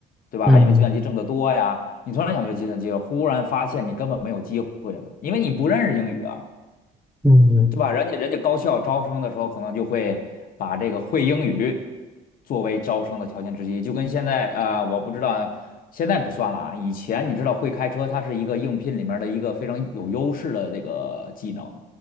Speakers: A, on the left (about 55°); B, in the centre.
A: 对吧？
B: 嗯
A: 因为计算机挣得多呀，你突然想学计算机了，忽然发现你根本没有机会了，因为你不认识英语啊。
B: 嗯嗯
A: 对吧？人家人家高校招生的时候，可能就会把这个会英语作为招生的条件之一，就跟现在呃，我不知道现在不算了啊。以前你知道会开车，它是一个应聘里面的一个非常有优势的这个技能，